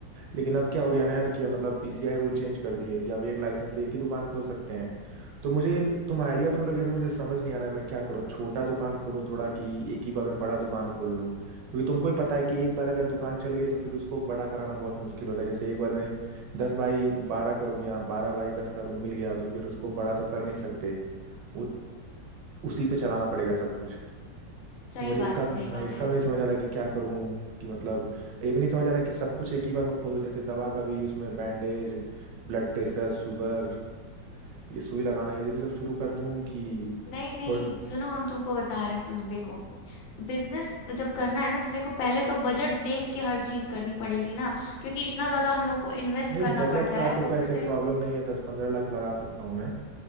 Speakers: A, on the right; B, on the left.
A: लेकिन अब क्या हो गया ना यार कि मतलब पीसीआई रूल चेंज कर दिए कि अब एक लाइसेंस पे एक ही दुकान खोल सकते हैं तो मुझे तुम आइडिया तो मतलब जैसे मुझे समझ नहीं आ रहा है मैं क्या करूँ छोटा दुकान खोलूँ थोड़ा कि एक ही बार में बड़ा दुकान खोल लूँ क्योंकि तुमको ही पता है कि एक बार अगर दुकान चल गई तो फिर उसको बड़ा कराना बहुत मुश्किल होता है जैसे एक बार में दस बाई बारह का रूम या बारह बाई दस का रूम मिल गया तो फिर उसको बड़ा तो कर नहीं सकते उ, उसी पे चलाना पड़ेगा सब कुछ
B: सही
A: तो मुझे
B: बात
A: इसका
B: है सही
A: हाँ
B: बात
A: इसका
B: है
A: भी नहीं समझ आ रहा कि क्या करूं कि मतलब ये भी नहीं समझ आ रहा कि सब कुछ एक ही बार में खोलो जैसे दवा का भी उसमें बैंडेज ब्लड प्रेशर शुगर ये सुई लगाना ये भी सब शुरू कर दूं कि
B: नहीं नहीं
A: खोल
B: सुनो हम तुमको बता रहे हैं सुनो देखो बिजनेस जब करना है ना तो देखो पहले तो बजट देख के हर चीज करनी पड़ेगी ना क्योंकि इतना ज्यादा हम लोग को इन्वेस्ट
A: नहीं
B: करना
A: बजट
B: पड़ता
A: का
B: है
A: तो कोई
B: ऊपर
A: ऐसे
B: से
A: प्रॉब्लम नहीं है दस पंद्रह लाख लगा सकता हूँ मैं